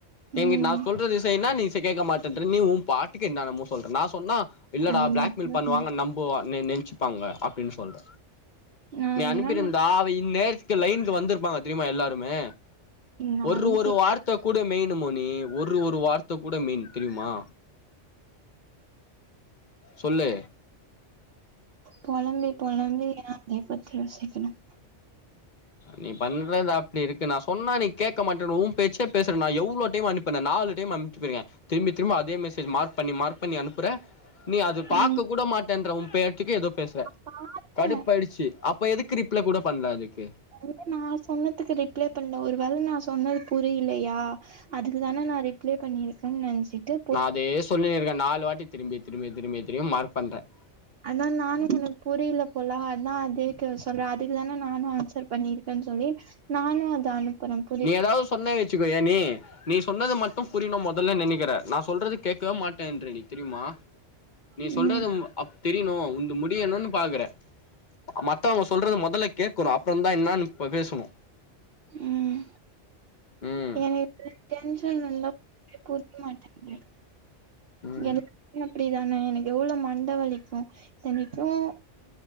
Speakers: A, on the left; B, on the right.
A: எங்கிட்ட..
B: ம்
A: நா சொல்றது செய்ன்னா நீ கேக்க மாட்டேன்ற! நீ உன் பாட்டுக்கு என்னனமோ சொல்ற.. நா சொன்னா.. இல்லடா..
B: அது
A: பிளாக்
B: மட்டும்
A: மெயில் பண்ணுவாங்க நம்புவா நென் நென்ச்சுப்பாங்க, அப்டின்னு சொல்ற
B: நா
A: நீ
B: என்ன
A: அனுப்பியிருந்தா.. அவ இந்நேர்த்துக்கு லைனுக்கு வந்திருப்பாங்க தெரியுமா? எல்லாருமே!
B: நானு
A: ஒரு ஒரு.. வார்த்த கூட மெயினு மோனி.. ஒரு.. ஒரு வார்த்த கூட மெயினு.. தெரியுமா? சொல்லு
B: பொலம்பி பொலம்பி ஏன் அத பத்தி யோசிக்கணும்!
A: நீ பண்ணறது அப் அப்டியிருக்கு! நா சொன்னா நீ கேக்க மாட்ற உன் பேச்சே பேசற நா எவ்ளோ டைம் அனுப்புன.. நாலு டைம் அனுப்பிச்சிட்ருக்கேன்! திரும்பி திரும்ப அதே மெசேஜ் மார்க் பண்ணி மார்க் பண்ணி அனுப்புற நீ அது பாக்க
B: ம்
A: கூட மாட்டேன்ற உன் பேய்த்க்கு ஏதோ பேசுவே
B: பாத்தே
A: கடுப்பாயிடுச்சு அப்ப எதுக்கு ரிப்ளை கூட பண்ல அதுக்கு
B: அது மாறி நா சொன்னதுக்கு ரிப்ளை பண்ல ஒரு வேல நா சொன்னது புரிலையா அதுக்கு தான நான் ரிப்ளை பண்ணியிருக்கேன்ன்னு நென்ச்சிட்டு
A: நான் அதே சொல்லினுருக்கேன் நாலு வாட்டி திரும்பி திரும்பி திரும்பி திரும்பி மார்க் பண்றன்
B: அதான் நானும் உனக்கு புரில போலா அதான் அதேக்கு சொல்றேன் அதுக்கு தான நானும் ஆன்சர் பண்ணியிருக்கேன்னு சொல்லி நானும் அத அனுப்புறன்
A: நீ ஏதாவது சொன்ன வச்சுக்க ஏ நீ நீ சொன்னது மட்டும் புரியணும் முதல்ல நெனைக்கிற நா சொல்றது கேட்கவே மாட்டேன்ற நீ தெரியுமா நீ
B: ம்
A: சொல்றது அப் தெரியணும் உன்து முடியணும்ன்னு பாக்குற மத்தவங்க சொல்றது முதல்ல கேக்கணும் அப்புறம் தான் என்னான்னு பேசணும்
B: ம்
A: ம்
B: எனக்கு டென்ஷன் வந்தா புரியமாட்டன்து
A: ம்
B: எனக்கு <inaudible> அப்டிதானே எனக்கு எவ்ளோ மண்ட வலிக்கும் இத்தனைக்கும்